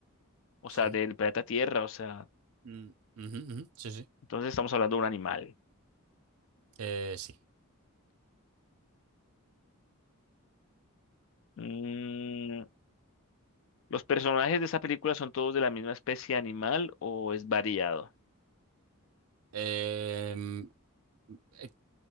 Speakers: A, on the left; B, on the right.
A: o
B: Sí.
A: sea, del planeta Tierra, o sea,
B: Mm, ujú, ujú, Sí, sí.
A: entonces estamos hablando de un animal.
B: Eh, sí.
A: Mm, ¿los personajes de esta película son todos de la misma especie animal o es variado?
B: Em, eh,